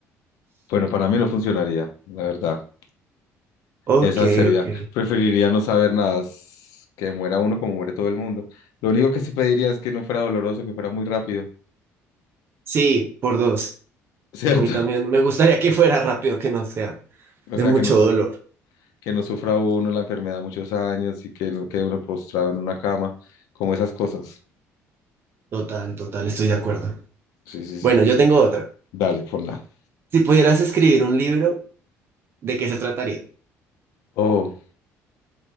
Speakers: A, on the left; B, on the right.
A: Bueno, para mí no funcionaría, la verdad.
B: Ok,
A: Esa sería,
B: ok.
A: preferiría no saber nada, s- que muera uno como muere todo el mundo. Lo único que sí pediría es que no fuera doloroso, que fuera muy rápido,
B: Sí, por dos.
A: ¿cierto?
B: A mí también
A: <laughs>
B: me gustaría que fuera rápido, que no sea
A: O
B: de
A: sea,
B: mucho
A: que no, su-
B: dolor.
A: que no sufra uno la enfermedad muchos años y que no quede uno postrado en una cama, como esas cosas.
B: Total, total, estoy de acuerdo.
A: Sí, sí,
B: Bueno,
A: sí.
B: yo tengo otra.
A: Dale, ponla.
B: Si pudieras escribir un libro, ¿de qué se trataría?
A: Oh,